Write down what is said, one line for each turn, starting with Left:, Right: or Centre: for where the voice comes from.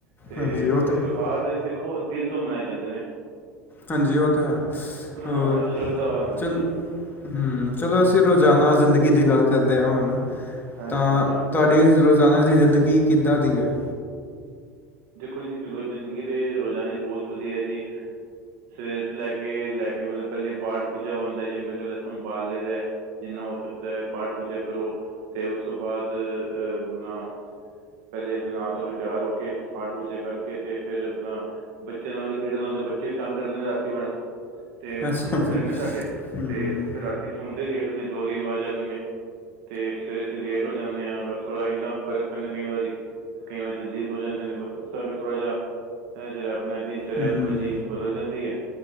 Right: ਤੇ
Left: ਹਾਂਜੀ ਉਹ
Right: ਬਾਕੀ
Left: ਤਾਂ
Right: ਤਿਉਹਾਰ
Left: ਹੈ
Right: ਤੇ ਦੇਖੋ ਦਿਲ ਤੋਂ ਮਨਾਏ ਜਾਂਦੇ ਨੇ
Left: ਹਾਂਜੀ ਉਹ ਤਾਂ ਹੈ,
Right: ਹਾਂ
Left: ਹੋਰ
Right: ਸ਼ਰਧਾ ਹਾਂਜੀ
Left: ਚੱਲ ਹ ਚਲੋ ਅਸੀਂ ਰੋਜ਼ਾਨਾ ਜ਼ਿੰਦਗੀ ਦੀ ਗੱਲ ਕਰਦੇ ਹਾਂ ਹੁਣ,
Right: ਹਾਂਜੀ
Left: ਤਾਂ
Right: ਹਾਂਜੀ
Left: ਤੁਹਾਡੇ ਤੇ ਰੋਜ਼ਾਨਾ ਦੀ ਜ਼ਿੰਦਗੀ ਕਿੱਦਾਂ ਦੀ ਹੈ।
Right: ਦੇਖੋ ਜੀ ਜ, ਜ਼ਿੰਦਗੀ ਦੇ ਰੋਜ਼ਾਨਾ ਦੀ ਬਹੁਤ ਵਧੀਆ ਹੈ ਜੀ। ਸਵੇਰ ਤੋਂ ਲੈ ਕੇ ਲੈ ਕੇ, ਮਤਲਬ ਪਹਿਲੇ ਪਾਠ ਪੂਜਾ ਹੁੰਦਾ ਜੰਬੇ ਤੋਂ ਸੰਭਾਲ ਲਦੇ ਜਿੰਨਾ ਹੋ ਸਕਦਾ ਹੈ, ਪਾਠ ਪੂਜਾ ਕਰੋ ਤੇ ਉਸ ਤੋਂ ਬਾਅਦ ਅਪਣਾ ਪਹਿਲੇ ਦਿਨ ਨਹਾ ਧੋ ਕੇ, ਤਿਆਰ ਹੋ ਕੇ ਪਾਠ ਪੂਜਾ ਕਰਕੇ ਤੇ ਫਿਰ ਆਪਣਾ ਬੱਚਿਆਂ ਨਾਲ ਵੀ ਖੇਡਣਾ ਹੁੰਦੇ, ਬੱਚੇ ਵੀ ਤੰਗ ਕਰਦੇ ਨੇ ਰਾਤੀ ਬੜਾ। ਤੇ ਬੱਚੇ
Left: ਅੱਛਾ
Right: ਛੋਟੇ
Left: ਜੀ,
Right: ਨੇ ਸਾਡੇ
Left: ਹੂੰ,
Right: ਤੇ ਉਹ ਫੇਰ ਰਾਤੀ ਸੌਦੇ ਲੇਟ ਨੇ, ਦੋ ਤਿਨ ਵੱਜ ਜਾਂਦੇ ਨੇ। ਤੇ ਸਵੇਰੇ ਅਸੀਂ ਲੇਟ ਹੋ ਜਾਂਦੇ ਆਂ, ਬਸ ਥੋੜ੍ਹਾ ਇੰਨਾ ਫਰਕ ਪੈਂਦਾ ਕਈ ਵਾਰੀ। ਕਈ ਵਾਰ ਜਲਦੀ ਹੋ ਜਾਂਦੇ ਨੇ, ਬਸ ਉਸ ਕਰ ਆਕੇ ਥੜਾ ਜਿ ਜਿਰਾੜ ਆਪਣਾ ਦਿਨਚਰਿਆ
Left: ਹੂੰ,
Right: ਥੋੜੀ ਜਿਹੀ। ਬਦਲ ਜਾਂਦੀ ਹੈ,